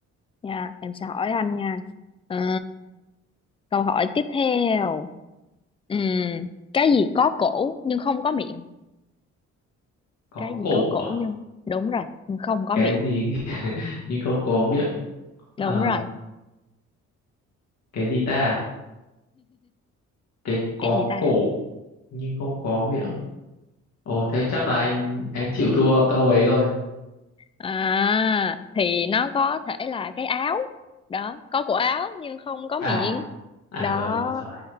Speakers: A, on the left; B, on the left.
A: dạ em sẽ hỏi anh nha à, câu hỏi tiếp theo Ừm, cái gì có cổ nhưng không có miệng
B: có
A: cái gì
B: cổ
A: có cổ
B: à?
A: nhưng đúng rồi nhưng không có
B: cái
A: miệng
B: gì <laughs> nhưng không có miệng à,
A: đúng rồi
B: cái gì ta cái có
A: cái gì ta
B: cổ nhưng không có miệng ồ thế chắc là anh anh chịu thua câu ấy rồi
A: À thì nó có thể là cái áo đó có cổ áo nhưng không có
B: à
A: miệng
B: à
A: đó
B: rồi rồi rồi